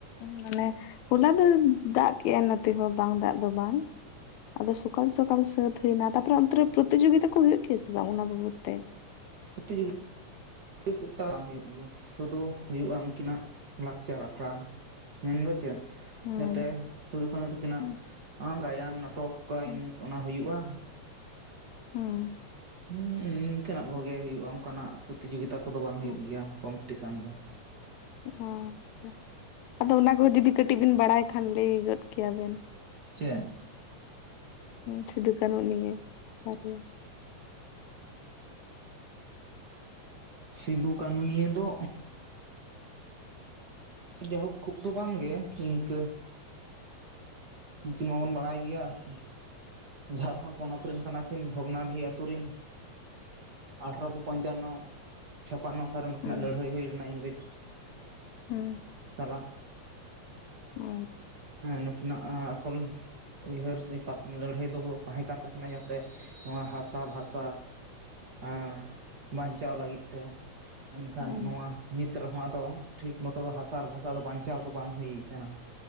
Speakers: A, on the left; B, on the right.
A: ᱢᱟᱱᱮ ᱦᱚᱞᱟ ᱫᱚ ᱫᱟᱜ ᱠᱮᱜ-ᱟᱭ ᱱᱚᱛᱮ ᱦᱚᱸ ᱵᱟᱝ ᱫᱟᱜ ᱫᱚ ᱵᱟᱝ ᱟᱫᱚ ᱥᱚᱠᱟᱞ ᱥᱚᱠᱟᱞ ᱥᱟᱹᱛ ᱦᱩᱭᱱᱟ ᱛᱟᱯᱚᱨᱮ ᱚᱱᱛᱮ ᱨᱮ ᱯᱨᱚᱛᱤᱡᱳᱜᱤᱛᱟ ᱠᱚ ᱦᱩᱭᱩᱜ ᱜᱮᱭᱟ ᱥᱮ ᱵᱟᱝ ᱚᱱᱟ ᱵᱟᱵᱚᱛ ᱛᱮ
B: ᱯᱨᱚᱛᱤᱡᱳᱜᱤᱛᱟ ᱫᱚ ᱵᱟᱝ ᱦᱩᱭᱩᱜ ᱜᱮᱭᱟ ᱥᱩᱫᱩ ᱦᱩᱭᱩᱜᱼᱟ ᱩᱱᱠᱤᱱᱟᱜ ᱞᱟᱠᱪᱟᱨ ᱟᱠᱷᱲᱟ ᱢᱮᱱ ᱫᱚ ᱪᱮᱫ
A: ᱦᱩᱸ
B: ᱡᱟᱛᱮ ᱥᱩᱫᱩ ᱠᱟᱹᱱᱩ ᱛᱠᱤᱱᱟᱜ
A: ᱦᱩᱸ
B: ᱜᱟᱭᱟᱱ ᱱᱟᱴᱚᱠ ᱠᱚ
A: ᱦᱩᱸ
B: ᱚᱱᱟ ᱦᱩᱭᱩᱜᱼᱟ ᱾
A: ᱦᱮᱸ ᱾
B: ᱦᱩᱸ ᱱᱤᱠᱟᱹ ᱱᱟᱜ ᱠᱚᱜᱮ ᱦᱩᱭᱩᱜᱼᱟ ᱚᱱᱠᱟᱱᱟᱜ ᱯᱚᱛᱤᱡᱳᱜᱤᱛᱟ ᱠᱚᱫᱚ ᱵᱟᱝ
A: ᱦᱩᱸ
B: ᱦᱩᱭᱩᱜ ᱜᱮᱭᱟ ᱠᱚᱢᱯᱤᱴᱤᱥᱟᱱ ᱫᱚ ᱾
A: ᱚ ᱾ ᱟᱫᱚ ᱚᱱᱟ ᱠᱚᱦᱚᱸ ᱡᱩᱫᱤ ᱠᱟᱹᱴᱤᱡ ᱵᱮᱱ ᱵᱟᱲᱟᱭ ᱠᱷᱟᱱ ᱞᱟᱹᱭ ᱜᱚᱫ ᱠᱮᱭᱟ ᱵᱮᱱ?
B: ᱪᱮᱫ
A: ᱥᱤᱫᱩᱠᱟᱱᱩ ᱱᱤᱭᱮ ᱵᱟᱨᱭᱟ
B: ᱥᱤᱫᱩ ᱠᱟᱹᱱᱩ ᱱᱤᱭᱮᱹ ᱫᱚ ᱡᱟᱭᱦᱳᱠ ᱠᱷᱩᱵ ᱫᱚ ᱵᱟᱝ ᱜᱮ ᱤᱱᱠᱟᱹ ᱱᱩᱠᱤᱱ ᱢᱟᱵᱚᱱ ᱵᱟᱲᱟᱭ ᱜᱮᱭᱟ <inaudible> ᱡᱷᱟᱲᱠᱷᱚᱸᱰ ᱯᱚᱱᱚᱛ ᱨᱮᱱ ᱠᱟᱱᱟ ᱠᱤᱱ ᱵᱷᱚᱜᱽᱱᱟᱰᱤ ᱟᱛᱳ ᱨᱮᱱ
A: <inaudible>
B: ᱟᱴᱷᱨᱚᱥᱚ ᱯᱚᱧᱪᱟᱱᱱᱚ ᱪᱷᱟᱯᱟᱱᱱᱚ ᱥᱟᱞᱨᱮ ᱱᱩᱠᱤᱱᱟᱜ
A: ᱦᱩᱸ
B: ᱞᱟᱹᱲᱦᱟᱹᱭ ᱦᱩᱭ ᱞᱮᱱᱟ ᱤᱝᱨᱮᱡᱽ
A: ᱟᱪᱪᱷᱟ
B: ᱪᱟᱞᱟᱜ
A: <unintelligible>
B: ᱱᱩᱠᱤᱱᱟᱜ ᱟᱥᱚᱞ ᱩᱭᱦᱟᱹᱨ <inaudible> ᱥᱮᱟ <unintelligible> ᱞᱟᱹᱲᱦᱟᱹᱭ ᱫᱚᱦᱚ ᱛᱟᱦᱮᱸ ᱠᱟᱱ ᱛᱟᱹᱠᱤᱱᱟ ᱡᱟᱛᱮ ᱱᱚᱣᱟ ᱦᱟᱥᱟ ᱵᱷᱟᱥᱟ ᱮ ᱵᱟᱧᱪᱟᱣ ᱞᱟᱹᱜᱤᱫ ᱛᱮ ᱮᱱᱠᱷᱟᱱ
A: ᱟᱪᱪᱷᱟ
B: ᱱᱚᱣᱟ ᱱᱤᱛ ᱨᱮᱦᱚᱸ ᱟᱫᱚ ᱴᱷᱤᱠ ᱢᱚᱛᱚ ᱫᱚ ᱦᱟᱥᱟ ᱥᱟ ᱟᱨ ᱵᱷᱟᱥᱟ ᱫᱚ ᱵᱟᱧᱪᱟᱣ ᱫᱚ ᱵᱟᱝ ᱦᱩᱭ ᱟᱠᱟᱱᱟ